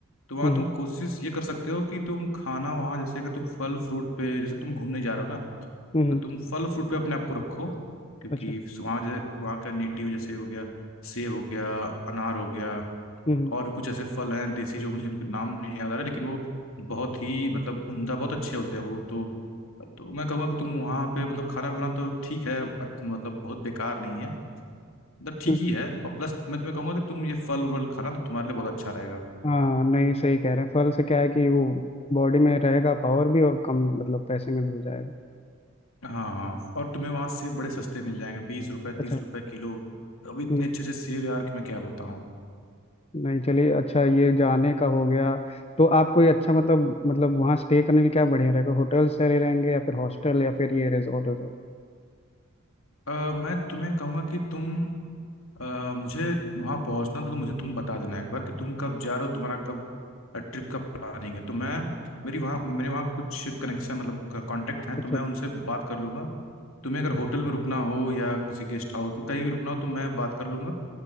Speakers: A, on the left; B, on the left.
A: तो वहाँ
B: हम्म
A: तुम कोशिश ये कर सकते हो कि तुम खाना वहाँ जैसे अगर तुम फल फ्रूट पे जैसे तुम घूमने जा रहे हो ना
B: हम्म हम्म,
A: तो तुम फल फ्रूट पे अपने आप को रखो क्योंकि
B: अच्छा
A: वहाँ जो वहाँ का नेटिव जैसे हो गया सेब हो गया अनार हो गया
B: हम्म
A: और भी कुछ ऐसे फल हैं देसी जो मुझे उनके नाम नहीं याद आ रहा लेकिन वो बहुत ही मतलब उम्दा बहुत अच्छे होते हैं वो तो तो मैं कहूँगा कि तुम वहाँ पे मतलब खाना बनाना तो ठीक है अच्छ- मतलब बहुत बेकार नहीं है मतलब ठीक
B: हम्म।
A: ही है और प्लस मैं तुम्हें कहूँगा कि तुम ये फल वल खाना तो तुम्हारे लिए बहुत अच्छा रहेगा
B: हाँ नहीं सही कह रहे हैं फल से क्या है कि वो बॉडी में रहेगा पावर भी और कम मतलब पैसे में भी हो जाएगा
A: हाँ हाँ और तुम्हें वहाँ सेब बड़े सस्ते मिल जाएंगे बीस रुपए
B: अच्छा
A: तीस रुपए किलो अभी इतने
B: हम्म,
A: अच्छे अच्छे सेब यार कि मैं क्या बताऊँ
B: नहीं चलिए अच्छा ये जाने का हो गया तो आप कोई अच्छा मतलब मतलब वहाँ स्टे करने के लिए क्या बढ़िया रहेगा होटल से रह रहेंगे या फिर हॉस्टल या फिर ये रिजॉर्ट रिजॉर्ट
A: अ, मैं तुम्हें कहूँगा कि तुम अ, मुझे वहां पहुंचना था तो मुझे तुम बता देना एक बार कि तुम कब जा रहे हो तुम्हारा कब ट्रिप का प्लानिंग है तो मैं मेरी वहाँ मेरे वहाँ कुछ कनेक्शन मतलब कांटेक्ट हैं
B: अच्छा
A: तो मैं
B: अच्छा
A: उनसे बात कर लूंगा तुम्हें अगर होटल में रुकना हो या किसी गेस्ट हाउस में कहीं भी रुकना हो तो मैं बात कर लूंगा